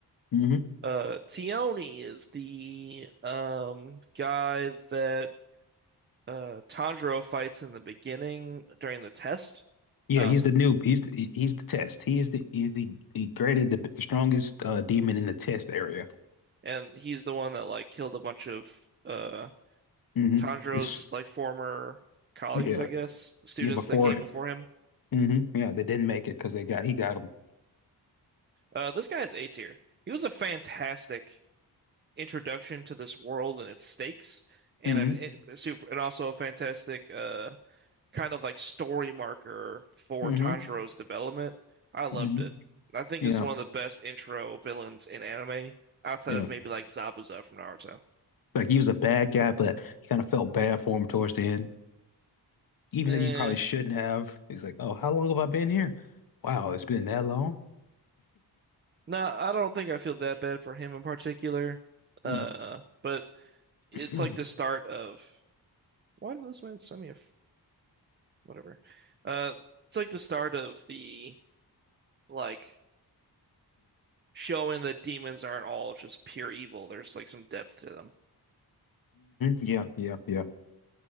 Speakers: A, on the left; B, on the right.
A: hmm
B: Uh, Tione is the um guy that uh Tanjiro fights in the beginning during the test.
A: Yeah,
B: Um
A: he's
B: who-
A: the noob. He's the, he's the test. He is the he's the the greatest, the, the strongest uh, demon in the test area.
B: and he's the one that like killed a bunch of uh
A: hmm
B: Tanjiro's
A: It's
B: like former colleagues,
A: yeah,
B: I guess, students
A: yeah. Before,
B: that came before him.
A: hmm yeah, they didn't make it because they got he got him.
B: Uh this guy is A tier. He was a fantastic introduction to this world and its stakes and
A: hmm
B: an eh, super and also a fantastic uh kind of like story marker for
A: hmm
B: Tanjiro's development. I loved
A: hmm
B: it. I think
A: Yeah,
B: it's one of the best intro villains in anime, outside
A: yeah.
B: of maybe like Zabuza from Naruto.
A: Like he was a bad guy, but you kind of felt bad for him towards the end, even
B: Eh,
A: though you probably shouldn't have. He's like, oh, how long have I been here? Wow, it's been that long. <laughs>
B: no, I don't think I feel that bad for him in particular.
A: <clears throat>
B: Uh, but it's
A: hmm
B: like the start of why did this man send me a f- whatever? Uh, it's like the start of the like showing that demons aren't all just pure evil. There's like some depth to them.
A: Yeah, yeah, yeah.